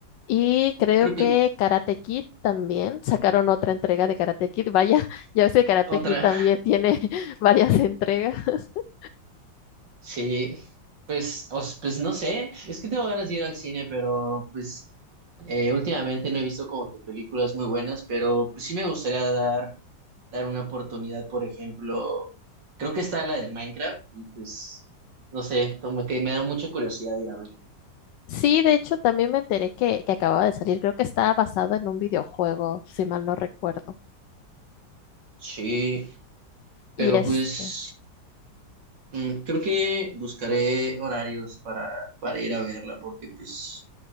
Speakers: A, on the left (about 75°); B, on the right (about 70°).
A: y creo
B: Creo
A: que
B: que
A: Karate Kid también. Sacaron otra entrega de Karate Kid. Vaya, <laughs> ya ves que Karate
B: otra.
A: Kid también tiene <laughs> varias entregas. <laughs>
B: Sí, pues, os, pues no sé, es que tengo ganas de ir al cine, pero pues eh, últimamente no he visto como que películas muy buenas, pero pues sí me gustaría dar, dar una oportunidad, por ejemplo, creo que está la de Minecraft y pues no sé, como que me da mucha curiosidad ir a verla.
A: Sí, de hecho, también me enteré que, que acababa de salir. Creo que estaba basado en un videojuego, si mal no recuerdo.
B: Sí, pero
A: Y este.
B: pues mm, creo que buscaré horarios para, para ir a verla, porque pues